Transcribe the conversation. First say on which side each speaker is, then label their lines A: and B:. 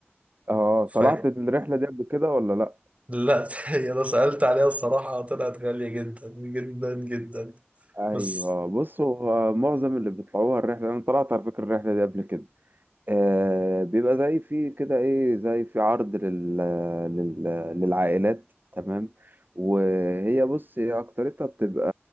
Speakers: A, on the right (about 45°); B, on the right (about 30°).
A: اه
B: فلا
A: طلعت الرحلة دي قبل كده ولا لأ؟
B: <laughs> أنا سألت عليها الصراحة طلعت غالية جدا جدا جدا
A: أيوه
B: بس
A: بصوا آه، معظم اللي بيطلعوها الرحلة أنا طلعت على فكرة الرحلة دي قبل كده آه بيبقى زي في كده ايه زي في عرض لل... لل... للعائلات تمام وهي بص هي اكترتها بتبقى